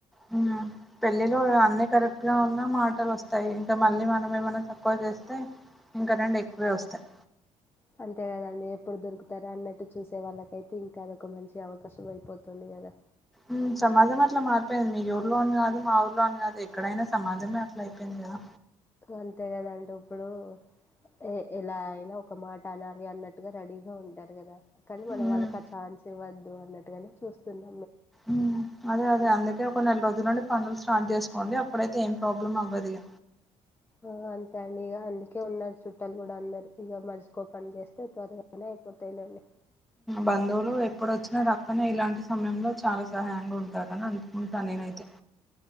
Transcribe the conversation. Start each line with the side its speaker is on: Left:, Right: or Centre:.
Centre: అవునా పెళ్ళిలో అన్ని కరెక్ట్ గా ఉన్న మాటలు వస్తా స్తాయి ఇంకా మళ్ళీ మనం ఏమన్నా తక్కువ చేస్తే ఇంకా రెండు ఎక్కువే వస్తాయి
Left: అంతే కదండి ఎప్పుడు దొరుకుతారా అన్నట్టు చూసే వాళ్ళకైతే ఇంకా అదొక మంచి అవకాశం అయిపోతుంది కదా
Centre: ఉమ్ సమాజం అట్లా మారిపోయింది మీ ఊర్లో అని కాదు మా ఊర్లో అని కాదు ఎక్కడైనా సమాజమే అట్లా అయిపోయింది కదా
Left: అంతే కదండి ఇప్పుడు ఏ ఇలా అయినా ఒక మాట అనాలి అన్నట్టుగా రెడీగా ఉంటారు కదా కనీ మనం
Centre: ఉమ్
Left: వాళ్ళకి ఆ ఛాన్స్ ఇవద్దు అన్నట్టుగానే చూస్తున్నా
Centre: ఉమ్ అదే అదే అందుకే ఒక నెల రోజుల నుండి పనులు స్టార్ట్ చేసుకోండి అప్ అప్పుడతే ఏం ప్రాబ్లమ్ అవ్వదు ఇగ
Left: ఓ అంతే అండి ఇగ అందుకే ఉన్న చుట్టాలు అందరికూ మనిషి కో పని చేస్తే త్వరగానే అయిపోతాయిలేండి
Centre: బంధువులు ఎప్పుడుచ్చినా రాకపొయిన ఇలాంటి సమయంలో చాలా సహాయంగా ఉంటారు అని అనుకుంటా నినాయితే